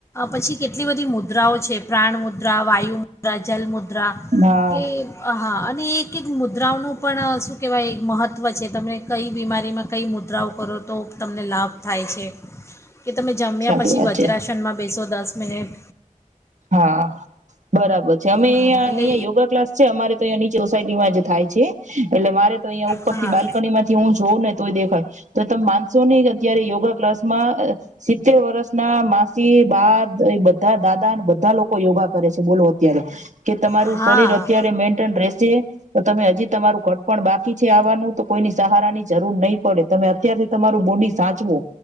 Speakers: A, on the left; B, on the right.
A: પછી કેટલી બધી મુદ્રાઓ છે. પ્રાણ મુદ્રા, વાયુ મુદ્રા, જલ મુદ્રા મુદ્રા
B: હા
A: કે હા હા અને એક એક મુદ્રાઓનું પણ શું કહેવાય મહત્ત્વ છે. તમે કઈ બીમારીમાં કઈ મુદ્રાઓ કરો તો તમને લાભ થાય છે. કે તમે જમ્યા
B: સાચી
A: પછી
B: વાત
A: વજ્રાસનમાં
B: છે
A: બેસો દસ દસ મિનટ
B: હા બરાબર છે. અમે
A: હમ
B: અહીયાં
A: એટલે
B: અહીંયા યોગા ક્લાસ છે. અમારે તો અહીંયા નીચે સોસાયટીમાં જ થાય છે. એટલે મારે તો અહીંયા ઉપર
A: હા
B: થી બાલ્કની માંથી હું જોઉં ને તો એ દેખાય. તો તમે માનસો નઈ અત્યારે યોગા ક્લાસમાં સિત્તેર વર્ષ ના માસી, બા બધા દાદા, બા લોકો યોગા કરે છે. બોલો અત્યારે કે તમારું
A: હા
B: શરીર અત્યારે મેન્ટેન રહેશે તો તમે હજી તમારું <inaudible> પણ બાકી છે આવવાનું તો કોઈની સહારા ની જરૂર નહીં પડે તમે અત્યારથી તમારું બોડી સાચવો